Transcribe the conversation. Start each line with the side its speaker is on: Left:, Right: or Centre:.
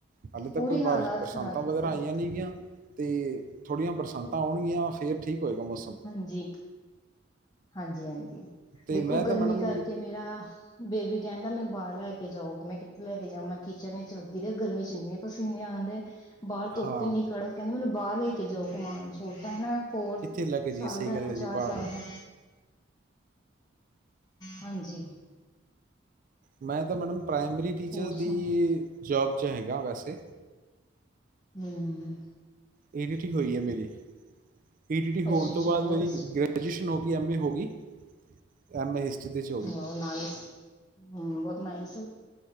Right: ਹਾਲੇ
Left: ਪੂਰੀ
Right: ਤਕ ਕੋਈ
Left: ਹਾਲਾਤ
Right: ਬਾਰਸ਼ ਬਰਸਾਂਤਾਂ
Left: ਖ਼ਰਾਬ
Right: ਵਗੈਰਾ
Left: ਕੀਤੀ
Right: ਆਈਆਂ ਨਹੀ ਗੀਆਂ। ਤੇ ਥੋੜੀਆਂ ਬਰਸਾਤਾਂ ਆਉਣਗੀਆਂ ਫਿਰ ਠੀਕ ਹੋਏਗਾ ਮੌਸਮ।
Left: ਹਾਂਜੀ। ਹਾਂਜੀ ਹਾਂਜੀ
Right: ਤੇ
Left: ਦੇਖੋ
Right: ਮੈਂ ਤਾਂ
Left: ਗਰਮੀ
Right: ਮੈਡਮ
Left: ਕਰਕੇ ਮੇਰਾ। ਬੇਬੀ ਕਹਿੰਦਾ ਮੈਨੂੰ ਬਾਹਰ ਲੈ ਕੇ ਜਾਓ ਮੈਂ ਕਿੱਥੇ ਲੈ ਕੇ ਜਾਓ ਮੈਂ ਕਿਚਨ ਚ ਲੱਗੀ ਰ ਗਰਮੀ ਚ ਇੰਨੇ। ਪਸੀਨੇ ਆਉਂਦੇ ਬਾਹਰ ਧੁੱਪੀਨੀ
Right: ਹਾਂ
Left: ਕੜਕ ਕਹਿੰਦੇ ਮੈਨੂੰ ਬਾਹਰ ਲੈ ਕੇ ਜਾਓ ਕਮਾਨ ਛੋਟਾ ਹਨਾ। ਹੋਰ
Right: ਕਿੱਥੇ ਲੈ ਕੇ ਜੀ
Left: ਸਾਲ
Right: ਸਹੀ
Left: ਦਾ ਹੈ
Right: ਗੱਲ
Left: ਨਾ
Right: ਜੀ
Left: ਚਾਰ
Right: ਬਾਹਰ
Left: ਸਾਲ ਦਾ। ਹਾਂਜੀ।
Right: ਮੈਂ ਤਾਂ ਮੈਡਮ ਪ੍ਰਾਇਮਰੀ ਟੀਚਰਸ
Left: ਹੋਰ
Right: ਦੀ
Left: ਸੁਣਾਓ
Right: ਜੋੌਬ ਜੋ ਹੈਗਾ ਵੈਸੇ।
Left: ਹਮ ਹਮ।
Right: ਈ ਡ ਟੀ ਹੋਈ ਹੈ ਮੇਰੀ ਈ ਡ ਟੀ ਹੋਣ
Left: ਅੱਛਾ
Right: ਤੋਂ
Left: ਅੱਛਾ
Right: ਬਾਅਦ
Left: ਬਹੁਤ
Right: ਮੇਰੀ
Left: ਅੱਛੀ
Right: ਗ੍ਰਿ ਪਜੀਸ਼ਨ ਹੋਗੀ ਅਮੇ ਗੀ। <unintelligible> ਐਮ ਏ ਹਿਸਟਰੀ ਦੇ <unintelligible>
Left: ਬ ਨਾਈਸ ਹ ਬਹੁਤ ਨਾਈਸ। <unintelligible>